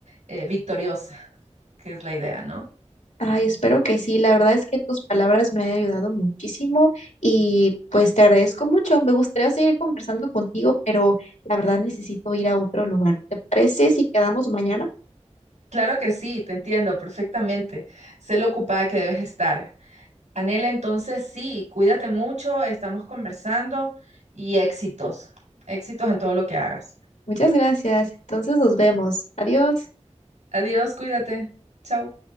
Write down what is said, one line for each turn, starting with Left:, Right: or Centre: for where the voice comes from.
Right: eh, victoriosa, que es la idea, ¿no?
Left: Ay, espero que sí. La verdad es que tus palabras me han ayudado muchísimo y pues te agradezco mucho. Me gustaría seguir conversando contigo, pero la verdad necesito ir a otro lugar. ¿Te parece si quedamos mañana?
Right: Claro que sí, te entiendo perfectamente. Sé lo ocupada que debes estar. Anela, entonces sí, cuídate mucho, estamos conversando y éxitos, éxitos en todo lo que hagas.
Left: Muchas gracias. Entonces nos vemos. Adiós.
Right: Adiós, cuídate. Chao.